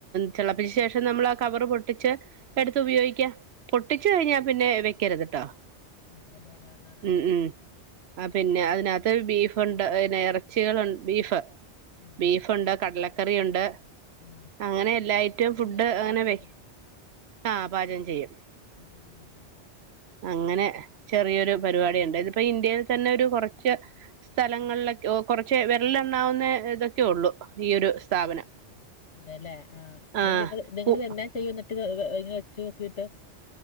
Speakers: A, on the right; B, on the left.
A: തിളപ്പിച്ച ശേഷം നമ്മളാ കവറ് പൊട്ടിച്ച എടുത്ത് ഉപയോഗിക്ക പൊട്ടിച്ച് കഴിഞ്ഞാ പിന്നെ വെക്കരുത്ട്ടോ?
B: അതേല്ലെ ആ ആ ആ,
A: ഉം ഉം ആ പിന്നെ അതിനകത്ത് ബീഫ്ണ്ട് പിന്നെ ഇറച്ചികൾണ്ട് ബീഫ്.
B: അ അ
A: ബീഫുണ്ട് കടലക്കറിഉണ്ട്
B: ഉം.
A: അങ്ങനെ എല്ലാ ഐറ്റും
B: ഇതെല്ലാം
A: ഫുഡ് അങ്ങനെ
B: പാചകം
A: വെ
B: ചെയ്യുവോ
A: ആ പാചകം ചെയ്യും.
B: <unintelligible>
A: അങ്ങനെ ചെറിയൊരു പരിപാടുണ്ട് ഇതിപ്പോ ഇന്ത്യയിൽ തന്നെ ഒരു കുറച്ച് സ്ഥലങ്ങളിലൊക്കെ കുറച്ച് വെരലെണ്ണാവുന്ന ഇതൊക്കെയൊള്ളു ഈയൊരു സ്ഥാപനം.
B: അതെല്ലെ ആ അത്
A: ആഹ്
B: നി നിങ്ങ
A: കു
B: ഇതെല്ലാം ചെയ്യ എന്നിട്ട് വെച്ച് നോക്കിട്ട്?